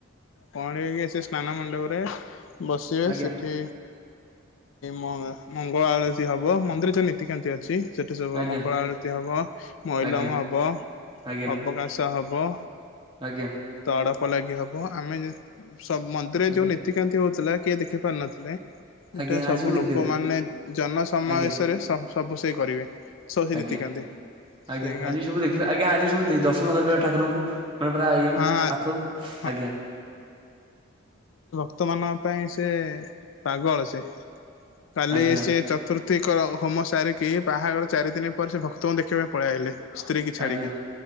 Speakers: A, on the left; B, on the right.
A: ପଇକି ଆ ସ୍ନାନ ମଣ୍ଡପରେ ବସିବେ
B: ଆଜ୍ଞା
A: ସେଠି। ମଙ୍ଗଳା ଆଳସୀ ହବ ମନ୍ଦିର ଯଉ ନୀତି କେମିତି ଅଛି? ସେଇଠି ସବୁ
B: ଆଜ୍ଞା
A: ମଙ୍ଗଳା ଆରତି ହେବ ମଇଲମ
B: ଆଜ୍ଞା
A: ହେବ
B: ଆଜ୍ଞା
A: ଅବକାଶ ହବ।
B: ଆଜ୍ଞା।
A: ଆଡପ ଲାଗି ହବ ଆମେ ମନ୍ଦିରରେ
B: ଆଜ୍ଞା।
A: ଯୋଉ ନୀତିକାନ୍ତି ହଉଥିଲା କିଏ ଦେଖି ପାର ନଥିଲେ। ଏଇଟା
B: ଆଜ୍ଞା ଆଜି
A: ସବୁ
B: ଦେଖିଦେବେ
A: ଲୋକମାନେ ଜନସମାବେଶରେ
B: ଆଜ୍ଞା
A: ସବୁ ସେ କରିବେ। ସବୁ ସେ
B: ଆଜ୍ଞା
A: ନୀତିକାନ୍ତି
B: ଆଜ୍ଞା
A: ସେ ଗାଁ
B: ଆଜି ସବୁ ଦେଖିବା ଆଜ୍ଞା ଆଜି ସବୁ ଦର୍ଶନ କରିବା ଠାକୁରଙ୍କୁ ମାନେ ପୁରା ଇଏରୁ
A: ହଁ
B: ପାଖରୁ
A: ହଁ
B: ଆଜ୍ଞା।
A: ବର୍ତ୍ତମାନ ପାଇଁ ସେ ପାଗଳ ସେ କାଲି
B: ଆଜ୍ଞା
A: ସେ ଚତୁର୍ଥୀଙ୍କ ହୋମ ସାରିକି ବାହାଘର ଚାରିଦିନ ପରେ ସେ ଭକ୍ତଙ୍କୁ ଦେଖିବା ପାଇଁ ପଳେଇଆ ହେଲେ। ସ୍ତ୍ରୀ କି ଛାଡିକି
B: ଆଜ୍ଞା